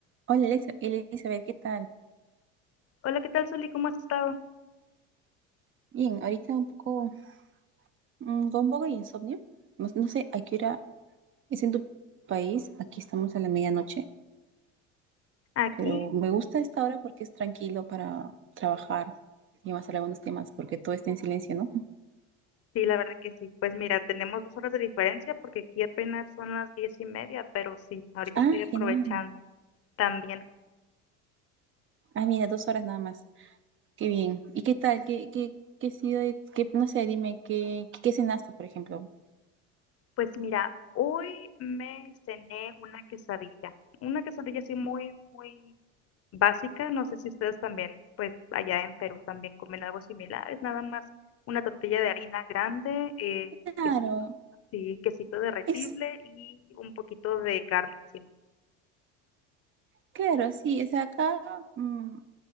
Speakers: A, on the right; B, on the left.
A: Hola Elisa- Elizabeth, ¿qué tal?
B: Hola, ¿qué tal, Soli? ¿Cómo has estado?
A: Bien, ahorita un poco, mm, con un poco de insomnio. No, no sé a qué hora es en tu país. Aquí estamos a la medianoche,
B: Aquí,
A: pero me gusta esta hora porque es tranquilo para trabajar y avanzar algunos temas, porque todo está en silencio, ¿no?
B: sí, la verdad que sí. Pues mira, tenemos dos horas de diferencia porque aquí apenas son las diez y media, pero sí, ahorita
A: Ah,
B: estoy aprovechando
A: genial.
B: también.
A: Ah, mira, dos horas nada más. Qué bien. ¿Y qué tal? ¿Qué, qué, qué ha sido? de- qué- no sé, dime, ¿qué, qué, qué cenaste, por ejemplo?
B: Pues mira, hoy me cené una quesadilla, una quesadilla así muy, muy básica. No sé si ustedes también, pues allá en Perú también comen algo similar. Es nada más una tortilla de harina grande, eh,
A: Claro,
B: quesito, sí, quesito derretible
A: es,
B: y un poquito de carne encima.
A: claro, sí. O sea, acá, mm,